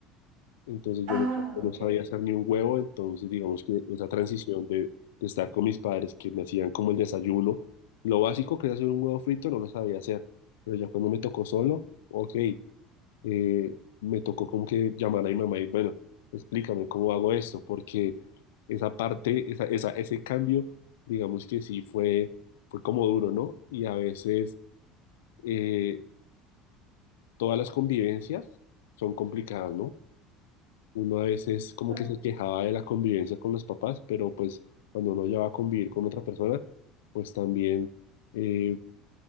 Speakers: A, on the left; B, on the right.
A: entonces
B: Ah,
A: yo no, yo no
B: ok,
A: sabía hacer ni un huevo, entonces digamos que esa transición de, de estar con mis padres que me hacían como el desayuno, lo básico que era hacer un huevo frito no lo sabía hacer, pero ya cuando me tocó solo, ok, eh, me tocó como que llamar a mi mamá y bueno, explícame cómo hago esto, porque esa parte, esa, esa, ese cambio, digamos que sí fue, fue como duro, ¿no? Y a veces eh, todas las convivencias son complicadas, ¿no? Uno a veces como
B: claro,
A: que se quejaba de la convivencia con los papás, pero pues cuando uno ya va a convivir con otra persona, pues también eh,